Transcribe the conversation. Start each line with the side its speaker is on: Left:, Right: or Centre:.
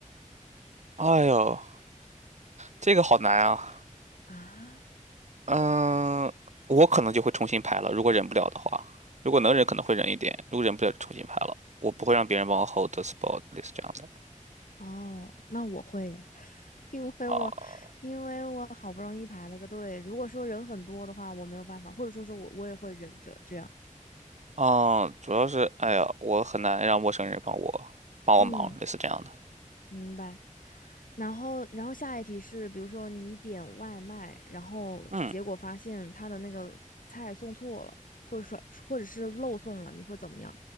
Right: 哎呦，这个好难啊。
Left: 啊。
Right: 嗯，我可能就会重新排了，如果忍不了的话，如果能忍可能会忍一点，如果忍不了就重新排了。我不会让别人帮我 hold the spot 类似这样的。
Left: 哦，那我会耶，<laughs> 因为我因为我好不容易排了个队，
Right: 啊，
Left: 如果说人很多的话，我没有办法，或者说是我我也会忍着这样。
Right: 哦，主要是，哎呀，我很难让陌生人帮我帮我忙，
Left: 嗯。
Right: 类似这样的。
Left: 明白。然后，然后下一题是，比如说你点外卖，然后结果发现他的那个菜送错了，
Right: 嗯，
Left: 或者说或者是漏送了，你会怎么样